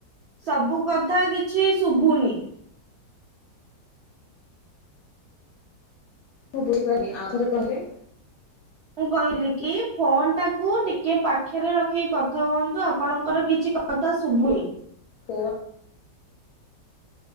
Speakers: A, on the right; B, on the left.
A: ସବୁ କଥା କିଛି ଶୁଭୁନି।
B: ମୁଁ ବୁଝିପାରିନି ଆଉ ଥରେ କହିଲେ।
A: ମୁଁ କହିଲି କି ଫୋନ ଟାକୁ ଟିକେ ପାଖେରେ ରଖିକି କଥା ହୁହନ୍ତୁ ଆପଣଙ୍କର କିଛି କ ଥା ଶୁବୁନି।
B: ଫୋନ୍